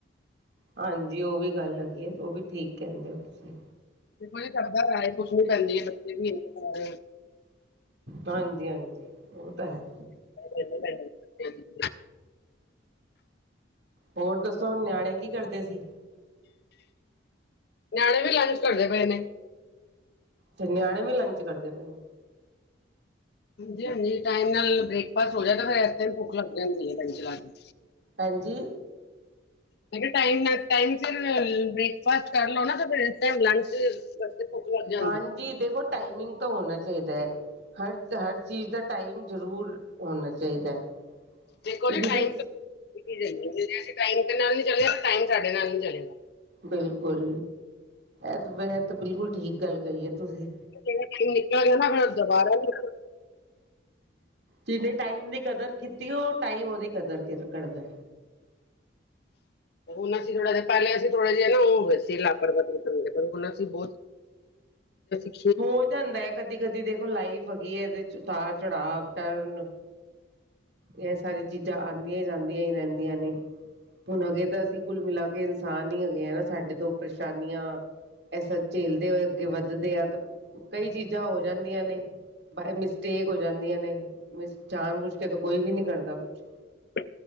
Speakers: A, on the right; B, on the left.
A: ਹਾਂਜੀ ਉਹ ਵੀ ਗੱਲ ਹੈਗੀ ਹੈ ਉਹ ਵੀ ਠੀਕ ਕਹਿੰਦੇ ਹੋ ਤੁਸੀਂ।
B: ਦੇਖੋ ਜੀ ਸਦਾਏ ਕੁਛ ਨੀ ਕਰੀ ਬੱਚੇ ਵੀ ਇ ਰਹੇ <inaudible>
A: ਹਾਂਜੀ ਹਾਂਜੀ ਉਹ ਤਾਂ ਹੈ।
B: <unintelligible>
A: ਹੋਰ ਦੱਸੋ ਨਿਆਣੇ ਕੀ ਕਰਦੇ ਸੀ।
B: ਨਿਆਣੇ ਵੀ ਲੰਚ ਕਰਦੇ ਪਏ ਨੇ।
A: ਤੇ ਨਿਆਣੇ ਵੀ ਲੰਚ ਕਰਦੇ ਪਏ।
B: ਹਾਂਜੀ, ਹਾਂਜੀ ਟਾਈਮ ਨਾਲ ਬ੍ਰੇਕਫਾਸਟ ਹੋ ਜਾਏ ਤੇ ਫਿਰ ਤੇ ਹੀ ਭੁੱਖ ਲੱਗ ਜਾਂਦੀ ਲ ਚ ਲ ਕੇ
A: ਹਾਂਜੀ।
B: <unintelligible> ਮ ਕਿਹਾ ਟਾਈਮ ਨਾਲ ਟਾਈਮ ਸੀਰ ਫਿਰ ਬ੍ਰੇਕਫਾਸਟ ਕਰ ਲਓ ਨਾ ਫਿਰ ਇਸ ਟਾਈਮ ਲੰਚ ਭੁੱਖ ਲੱਗ ਜਾਂਦੀ
A: ਹਾਂਜੀ ਦੇਖੋ ਟਾਈਮਿੰਗ ਤਾਂ ਹੋਣਾ ਚਾਹੀਦਾ ਹੈ। ਹਰ ਹਰ ਚੀਜ਼ ਦਾ ਟਾਈਮ ਜ਼ਰੂਰ ਹੋਣਾ ਚਾਹੀਦਾ।
B: ਦੇਖੋ
A: ਕਿਉਂਕਿ
B: ਜੀ ਟਾਈਮ
A: ਫਿਰ
B: ਅਸੀਂ ਟਾਈਮ ਦੇ ਨਾਲ ਨੀ ਚਲੇ ਟਾਈਮ ਸਾਡੇ ਨਾਲ ਨੀ ਚਲੇਗਾ।
A: ਬਿਲਕੁਲ ਇਹ ਤਾਂ ਮ ਤਾਂ ਬਿਲਕੁਲ ਠੀਕ ਗੱਲ ਕਹੀ ਹੈ ਤੁਸੀਂ।
B: ਟਾਈਮ ਨਿਕਲ ਗਿਆ ਨਾ ਫਿਰ ਦੁਬਾਰਾ ਵੀ ਨਿਕ
A: ਜਿਨੇ ਟਾਈਮ ਦੀ ਕਦਰ ਕੀਤੀ ਉਹ ਟਾਈਮ ਉਹਦੀ ਕਦਰ ਕਰਦਾ।
B: ਹੁਣ ਅਸੀਂ ਥੋੜਾ ਹਾ ਪਹਿਲੇ ਅਸੀਂ ਥੋੜਾ ਜਿਹਾ ਨਾ ਹੋ ਸੀ ਲਪਰਵਾ ਵੀ ਕਰ ਪਰ ਹੁਣ ਅਸੀਂ ਬਹੁਤ ਸੀ
A: ਹੋ ਜਾਂਦਾ ਹੈ ਕਦੀ ਕਦੀ ਦੇਖੋ ਲਾਈਫ ਹੈਗੀ ਇਹਦੇ ਚ ਉਤਾਰ ਚੜਾਵ ਟਰਨ ਇਹ ਸਾਰੀ ਚੀਜ਼ਾਂ ਆਉਂਦੀਆਂ ਜਾਂਦੀਆਂ ਹੀ ਰਹਿੰਦੀਆਂ ਨੇ। ਹੁਣ ਹਗੇ ਤਾਂ ਅਸੀਂ ਕੁੱਲ ਮਿਲਾ ਕੇ ਇਨਸਾਨ ਹੀ ਹੈਗੇ ਹੈ ਸਾਡੇ ਤੋਂ ਪਰੇਸ਼ਾਨੀਆਂ। ਐਸਾ ਝੇਲਦੇ ਹੋਏ ਅੱਗੇ ਵੱਧਦੇ ਆ ਤਾਂ ਕਈ ਚੀਜ਼ਾਂ ਹੋ ਜਾਂਦੀਆਂ ਨੇ। ਬਾਏ ਮਿਸਟੇਕ ਹੋ ਜਾਂਦੀਆਂ ਨੇ ਮਿਸ ਜਾਣ ਬੁਝ ਕੇ ਕੋਈ ਵੀ ਨੀ ਕਰਦਾ ਕੁਛ।
B: ਅ